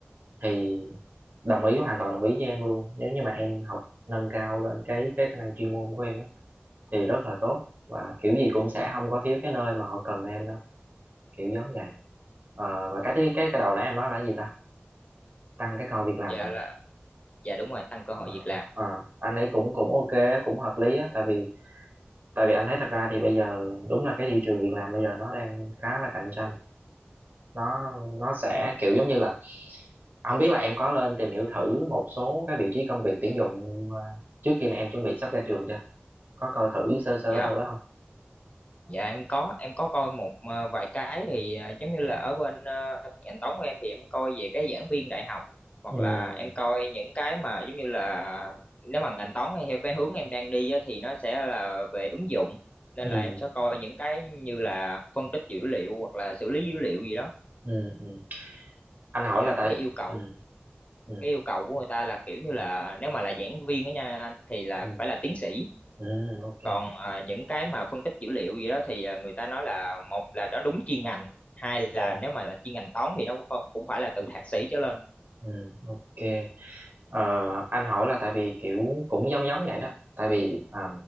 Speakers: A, on the right; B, on the left.
A: thì đồng ý hoàn toàn đồng ý với em luôn nếu như mà em học nâng cao lên cái cái khả năng chuyên môn của em á, thì rất là tốt và kiểu gì cũng sẽ không có thiếu cái nơi mà họ cần em đâu kiểu giống vậy Ờ, và cái thứ- cái cái đầu nãy em nói là cái gì ta tăng cái coi việc làm
B: dạ
A: hả
B: là dạ đúng rồi tăng cơ hội
A: ờ,
B: việc làm
A: ờ, anh ấy cũng cũng ok cũng hợp lý á tại vì tại vì anh thấy thật ra thì bây giờ đúng là cái thị trường việc làm bây giờ nó đang khá là cạnh tranh nó nó sẽ kiểu giống như là không biết là em có lên tìm hiểu thử một số cái vị trí công việc tuyển dụng ờ, trước khi mà em chuẩn bị sắp ra trường chưa có coi thử sơ sơ
B: dạ
A: ở đâu đó không
B: dạ em có em có coi một ờ, vài cái thì ờ, giống như là ở bên ờ, ngành toán của em thì em coi về cái giảng viên đại học hoặc
A: ừ
B: là em coi những cái mà giống như là nếu mà ngành toán hay theo cái hướng em đang đi á, thì nó sẽ là về ứng dụng nên
A: ừ
B: là em sẽ coi những cái như là phân tích dữ liệu hoặc là xử lý dữ liệu gì đó
A: ừ ừ anh hỏi
B: thì à,
A: là tại
B: cái yêu cầu
A: ừ ừ
B: cái yêu cầu của người ta là kiểu như là nếu mà là giảng viên đó nha anh, thì là
A: ừ
B: phải là tiến sĩ
A: ừ ok
B: còn à, những cái mà phân tích dữ liệu gì đó thì à, người ta nói là một là nó đúng chuyên ngành hai là
A: ừ
B: nếu mà là chuyên ngành toán thì nó cũng phải cũng phải là từ thạc sĩ trở lên
A: ừ ok Ờ, anh hỏi là tại vì kiểu cũng giống giống vậy đó tại vì à,